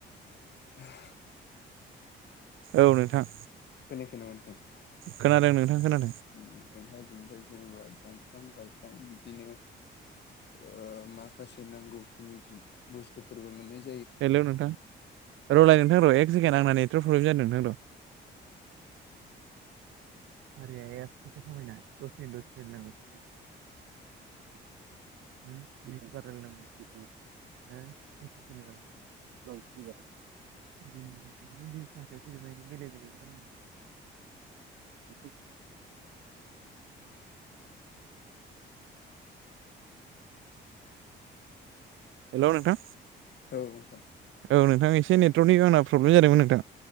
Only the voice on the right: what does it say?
औ नोंथां
खोनादों नोंथां खोनादों
हेलौ नोंथां रलाय नोंथां र' एक सेकेण्ड आंना नेटवारक प्रब्लेम जादों नोंथां र'
<inaudible> <unintelligible> <inaudible> <inaudible> <unintelligible> हेल' नोंथां
औ नोंथां एसे नेटवर्कनि आंना प्रब्लेम जादोंमोन नोंथां।